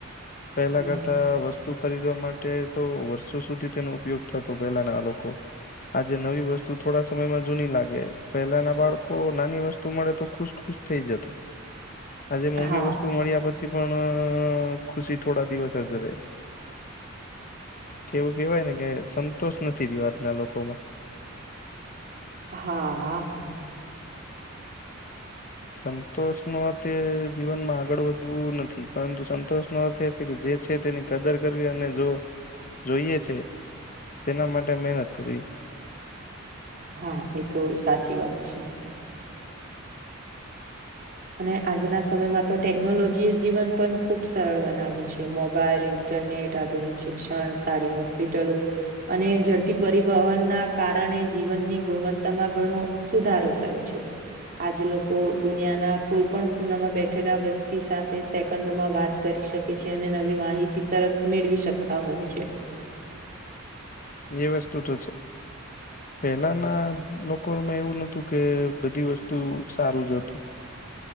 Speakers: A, on the left; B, on the right.
A: પેલા
B: હમ
A: કરતા વસ્તુ. વસ્તુ ખરીદવા માટે તો વર્ષો સુધી તેનો ઉપયોગ થતો પેલાના આ લોકો આજે નવી વસ્તુ થોડા સમયમાં જૂની લાગે. પહેલા ના બાળકો નાની વસ્તુ મળે તો ખુશ ખુશ થઈ જતા. આજે મોંઘી
B: હા
A: વસ્તુ મળ્યા પછી પણ ખુશી થોડા દિવસ જ રહે કે એવું કેહેવાય ને કે સંતોષ નથી રહ્યો આજના લોકો માં
B: હા.
A: સંતોષ નો અર્થ એ જીવનમાં આગળ વધવું નથી પરંતુ સંતોષ નો અર્થ જે છે તેની કદર કરવી અને જો જોઈએ છે. તેના માટે મહેનત કરી.
B: હા એ તો સાચી વાત છે. અને આજના સમયમાં તો ટેકનોલોજી એ જીવન પણ ખુબ સરળ બનાવ્યું છે મોબાઈલ ઇન્ટરનેટ આધુનિક શિક્ષણ સારી હોસ્પિટલો અને ઝડપી પરિવહનના કારણે જીવનની ગુણવત્તામાં ઘણો સુધારો થયો છે આજે લોકો દુનિયાના કોઈ પણ ખુનામાં બેઠેલા વ્યક્તિ સાથે સેકન્ડોમાં વાત કરી શકે છે અને નવી માહિતી તરત મેળવી શકતા હોય છે.
A: જે વસ્તુ તો છે. પહેલાના લોકોમાં એવું નતું કે બધી વસ્તુ સારું જ હતું.